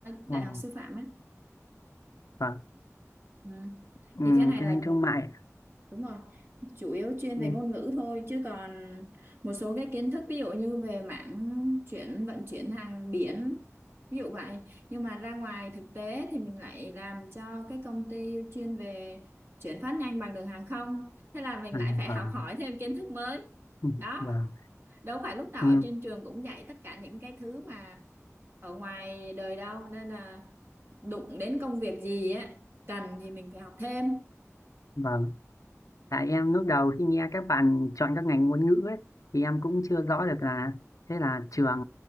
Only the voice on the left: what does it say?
Ồ,
vâng
ừ,
tiếng
Anh thương mại
ừ,
vâng
vâng
ừ,
vâng
ừ,
vâng Tại em lúc đầu khi nghe các bạn chọn các ngành ngôn ngữ ấy, thì em cũng chưa rõ được là thế là trường